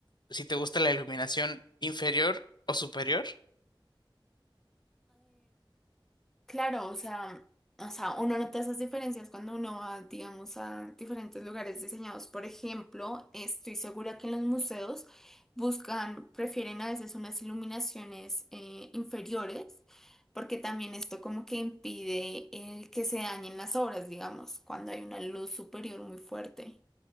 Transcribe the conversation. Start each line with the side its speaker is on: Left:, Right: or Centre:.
Left: si te gusta la iluminación inferior o superior.
Centre: Claro, o sea, o sea, uno nota esas diferencias cuando uno va, digamos, a diferentes lugares diseñados. Por ejemplo, estoy segura que en los museos buscan, prefieren a veces unas iluminaciones eh, inferiores, porque también esto como que impide el que se dañen las obras, digamos, cuando hay una luz superior muy fuerte,